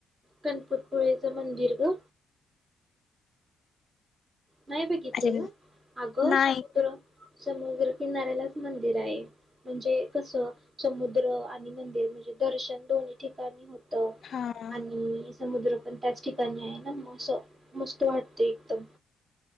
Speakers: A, on the right; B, on the left.
A: गणपतपुळ्याचे मंदिर ग. नाही बघितलेलं
B: अरे
A: अगं
B: नाही
A: समुद्र समुद्र किनाऱ्यालाच मंदिर आहे. म्हणजे कस समुद्र मि म्हणजे दर्शन दोनही ठिकाणी हो त
B: हा हम्म
A: आणि समुद्र पण त्याच ठिकाणी आहे ना, मग असं मस्त वाटत एकदम